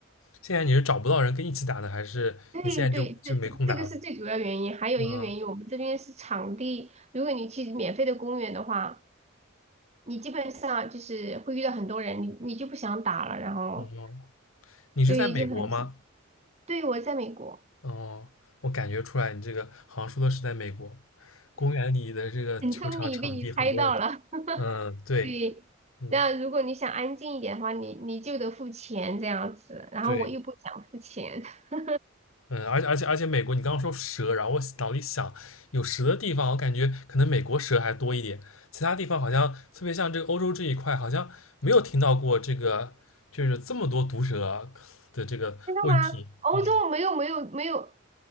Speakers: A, on the left (about 80°); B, on the right (about 30°).
A: 现在你是找不到人跟一起打呢，还是你现在就就没空打了？
B: 对对，这这这个是最主要原因，还有一个原因，
A: 嗯，
B: 我们这边是场地。如果你去免费的公园的话，你基本上就是会遇到很多人，你你就不想打了，然后
A: 哦，你是在美国吗？
B: 对，就很少。对，我在美国，
A: 哦，我感觉出来你这个好像说的是在美国，公园里的这个球场场地很多人，
B: 很聪明，被你猜到了。<laughs>
A: 嗯，对，
B: 对，
A: 嗯，
B: 那如果你想安静一点的话，你你就得付钱这样子，然后我又不想付钱，
A: 对，
B: <laughs>
A: 嗯，而且而且而且美国，你刚刚说蛇，然后我脑里想有蛇的地方，我感觉可能美国蛇还多一点，其他地方好像特别像这个欧洲这一块，好像没有听到过这个就是这么多毒蛇的这个问题，
B: 真的吗？欧洲没有没有没有，
A: 嗯。